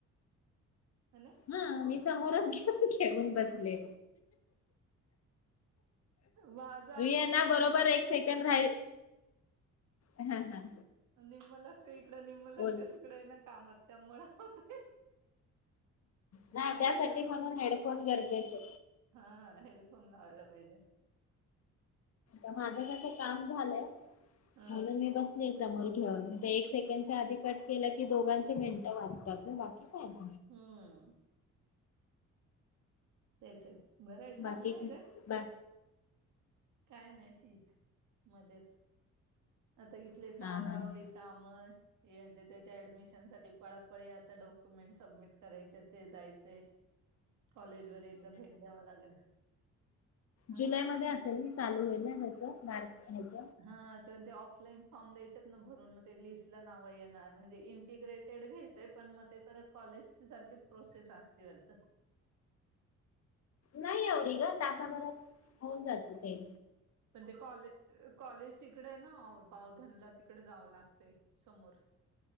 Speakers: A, on the right; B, on the left.
A: ह ना
B: हा मी समोरच घेन घेऊन बसले
A: माझं अगं
B: मी आहे
A: निम्म
B: ना बरोबर
A: लक्ष
B: एक सेकड रा हम हा
A: निमला क तिकडं निम
B: बोल.
A: लक्ष तिकडे ये ना कामात त्यामुळेणा होतोय
B: ना
A: आणि
B: त्यासाठी
A: हेडफोन
B: म्हणून हेडफोन गरजेचे.
A: हा हेड ब नाला नाहीहिजे
B: आ माझं कस काम झालंय
A: ह
B: म्हणून मी बसली समोर घेऊन एक सेकंडच्या आधी कट केलं की दोघांचे मिनटं वाचतात मग बाकी काय नाही
A: हम्म तेच आहे. बरं आहे
B: बाकी
A: चांगलंय
B: काय
A: ग
B: बा
A: काय नाही ठीक. मजेत. आता इथले
B: हा
A: चावरावर
B: हा हा.
A: काम. ए ह्याच्या त्याच्या ऍडमिशन साठी पळापळी आता डॉक्युमेंट सबमिट करायचे ते जायच. कॉलेज वर एकदा भेट द्यावा लागेल. हं?
B: जुलै मध्ये असेल चालू होईना. ार् <unintelligible> हच.
A: हा तर ते ऑफलाईन फॉर्म द्यायचे ना भरून मग ते लिस्ट ला नाव येणार, म्हणजे इंटिग्रेटेड घ्यायचंय पण मग ते परत कॉलेज सारखीच प्रोसेस असते वाटतं.
B: नाही एवढी ग तासाभरात. होऊन जात ते.
A: पण ते कॉलेज कॉलेज. तिकडे ना बावधनला तिकडे जावं लागतेय समोर.